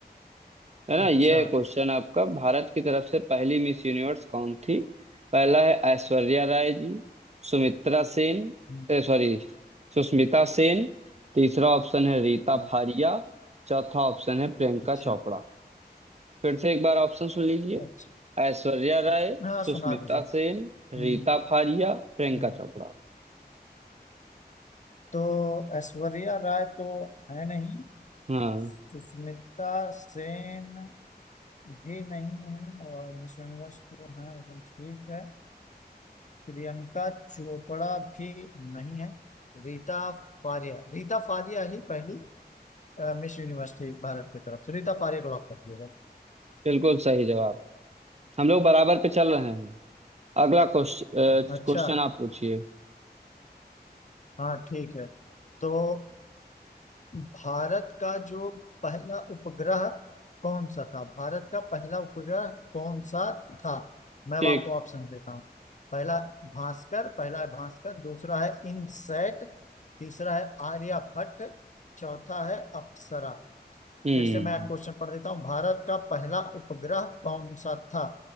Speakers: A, on the right; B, on the left.
A: है ना
B: अच्छा
A: ये है क्वेश्चन आपका भारत की तरफ से पहली मिस यूनिवर्स कौन थी पहला है ऐश्वर्या राय जी सुमित्रा सेन
B: हम्म,
A: ए सॉरी सुष्मिता सेन तीसरा ऑप्शन है रीता
B: हाँ,
A: फारिया चौथा ऑप्शन है प्रियंका
B: अच्छा
A: चोपड़ा फिर से एक बार ऑप्शन सुन लीजिए
B: अच्छा
A: ऐश्वर्या राय
B: हाँ
A: सुष्मिता
B: सुना दीजिए
A: सेन
B: हम्म,
A: रीता फारिया प्रियंका
B: हम्म।
A: चोपड़ा
B: तो ऐश्वर्या राय तो है नहीं
A: हाँ
B: सुष्मिता सेन भी नहीं है और मिस यूनिवर्स तो है एकदम ठीक है प्रियंका चोपड़ा भी नहीं है रीता फारिया रीता फारिया ही पहली अ, मिस यूनिवर्स थी भारत की तरफ से रीता फारिया को लॉक कर दिया जाए
A: बिल्कुल सही जवाब हम लोग बराबर पे चल रहे हैं अगला क्वेश्चन
B: अच्छा
A: क्वेश्चन आप पूछिए
B: हाँ ठीक है तो भारत का जो पहला उपग्रह कौन सा था भारत का पहला उपग्रह कौन सा था मैं अब
A: ठीक
B: आपको ऑप्शन देता हूँ पहला भास्कर पहला है भास्कर दूसरा है इनसैट तीसरा है आर्यभट्ट चौथा है अप्सरा
A: हम्म
B: फिर से मैं क्वेश्चन पढ़ देता हूँ भारत का पहला उपग्रह कौन सा था